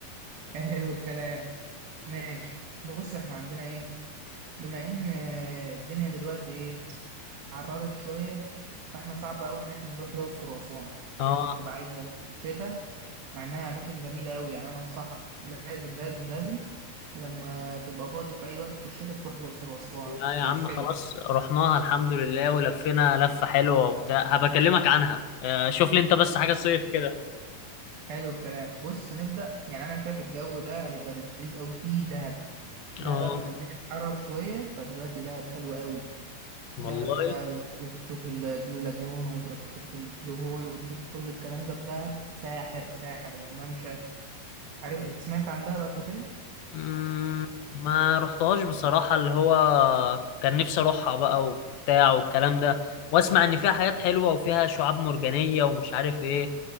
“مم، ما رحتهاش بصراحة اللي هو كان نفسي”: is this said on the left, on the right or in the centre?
Left